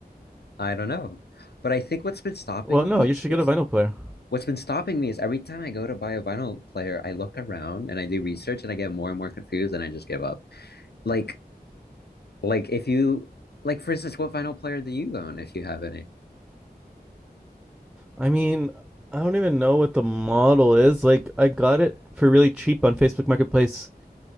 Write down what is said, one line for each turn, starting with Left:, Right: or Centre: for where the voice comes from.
Left: I don't know. But I think what's been stopping
Centre: Well,
Left: me
Centre: no, you should
Left: is
Centre: get a vinyl player.
Left: what's been stopping me is every time I go to buy a vinyl player, I look around and I do research and I get more and more confused and I just give up. Like, like if you, like for instance, what vinyl player do you own if you have any?
Centre: I mean, I don't even know what the model is. Like, I got it for really cheap on Facebook Marketplace